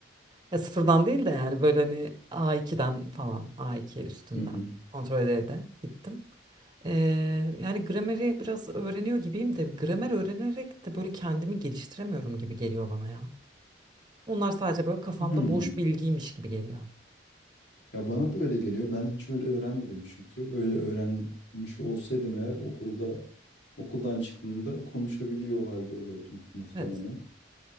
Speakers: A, on the right (about 25°); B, on the left (about 65°).
A: Ya sıfırdan değil de yani böyle hani A2'den falan A2 üstünden
B: hı hı.
A: kontrol ede de gittim. Ee, yani grameri biraz öğreniyor gibiyim de gramer öğrenerek de böyle kendimi geliştiremiyorum gibi geliyor bana ya. Onlar sadece böyle kafamda
B: Hmm.
A: boş bilgiymiş gibi geliyor.
B: Ya bana da öyle geliyor. Ben hiç öyle öğrenmedim çünkü. Öyle öğrenmiş olsaydım eğer okulda okuldan çıktığımda konuşabiliyor o halde olurdum muhtemelen.
A: Evet.